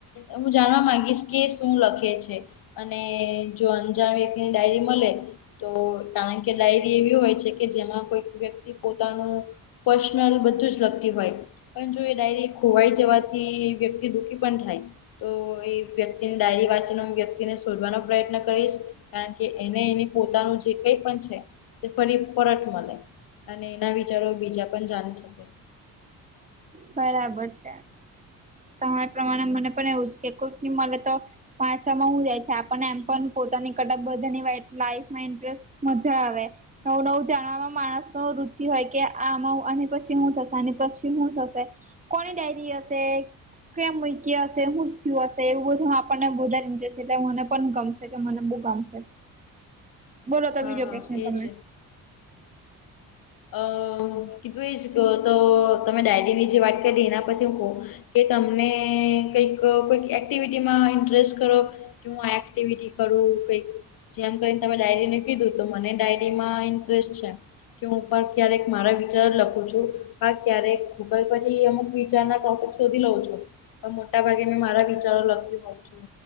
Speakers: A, on the left; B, on the right.
A: હું જાણવા માંગીશ કે એ શું લખે છે. અને જો અજાણ વ્યક્તિની ડાયરી મળે. તો કારણ કે ડાયરી એવી હોય છે કે જેમાં કોઈક વ્યક્તિ પોતાનું. પર્સનલ બધું જ લખ. હોય પણ જો એ ડાયરી ખોવાઈ જવાથી વ્યક્તિ દુઃખી પણ થાય. તો એ વ્યક્તિની ડાયરી વાંચીને હું વ્યક્તિને શોધવાનો પ્રયત્ન કરીશ. કારણ કે એને એ પોતાનું જે કઈ પણ છે એ ફરી પરત મળે. અને એના વિચારો બીજા પણ જાણી શકે.
B: બરાબર છે તમારી પ્રમાણે
A: હમ હમ
B: મને પણ એવું જ કે કોઈક મળે તો. પાછામાં હું જાય છે આપને એમ પણ પોતાની કટક બધાની વા લાઈફમાં ઇન્ટરેસ્ટ. મજા આવે. નવું નવું જાણવાવામાં માણસ નો રુચિ હોય કે આમાં અને પછી શું થશે અને પછી શું થશે. કોની ડાયરી હશે. ક્યાં મુક્યી હશે હૂ થ્યું હશે એવું બધું આપણને બધાશે એટલે મને પણ ગમશે. કે મને બુ ગમશે.
A: <inaudible>
B: બોલો તો
A: હા
B: બીજો
A: હા
B: પ્રશ્ન
A: એજ
B: તમે.
A: અ કીધું એ જ ક તો તમે ડાયરી ની જે વાત કરી એના પરથી હું કહું. કે તમને કઈક કોઈક એક્ટિવિટીમાં ઇન્ટરેસ્ટ ખરો. કે હું આ એક્ટિવિટી કરું કઈક. જેમ કરીને તમે ડાયરીને કીધું મને ડાયરી માં ઇન્ટરેસ્ટ છે. કે હું પણ ક્યારેક મારા વિચાર લખું છું હા ક્યારેક ગૂગલ પરથી અમુક વિચારના ટોપિક. શોધી લઉં છું પર મોટા ભાગે મેં મારા વિચારો લખતી હોઉં છું.